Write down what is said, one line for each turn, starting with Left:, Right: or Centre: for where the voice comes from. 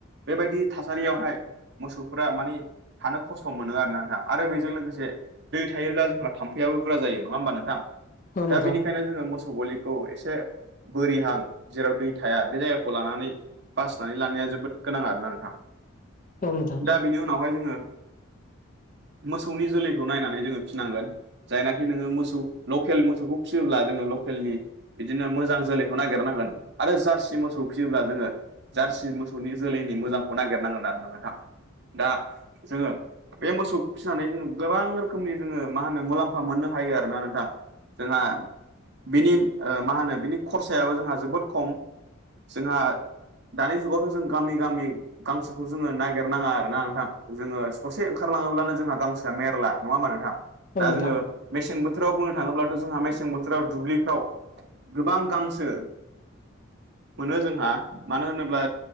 Right: बेबायदि थासारियावहाय मोसौफोरा मानि थानो खस्थ' मोनो आरोना नोंथां आरो बेजों लोगोसे दै थायोब्ला जोंहा थाम्फैआबो बुरजा जायो नङा होमबा नोंथां
Left: औ नोंथां
Right: दा बेनिखायनो जोङो मोसौ गलि खौ एसे बोरिहां जेराव दै थाया बे जायगाखौ लानानै बासिनानै लानाया जोबोद गोनां आरोना नोंथां
Left: औ नोंथां
Right: दा बेनि उ नावहाय जोङो मोसौनि जोलैखौ नायनानै जोङो फिसिनांगोन जायनाखि नोङो मोसौ लकेल मोसौखौ फिसियोब्ला जोङो लकेलनि बिदिनो मोजां जोलैखौ नागिरनांगोन आरो जारसि मोसौ खौ फियोब्ला जोङो जारसि मोसौनि जोलैनि मोजांखौ नागिरनांगोन आरो ना नोंथां दा जोङो बे मोसौखौ फिसिनानै जोङो गोबां रोखोमनि जोङो मा होनो मुलाम्फा मोननो हायो आरोना नोंथां जोंहा बिनि मा होनो बिनि खरसायाबो जोंहा जोबोद खम जोंहा दानि जुगावथ' जों गामि गामि गांसोखौ जोङो नागिरनाङा आरोना नोंथां जोङो ससे ओंखारलाङोब्लानो जोंहा गांसोआ मेरला नङा होमबा नोंथां? दा
Left: औ नोंथां
Right: जोङो मेसें बोथोराव बुंनो थाङोब्लाथ' जोंहा मेसें बोथोराव दुब्लिफ्राव गोबां गांसो मोनो जोंहा मानो होनोब्ला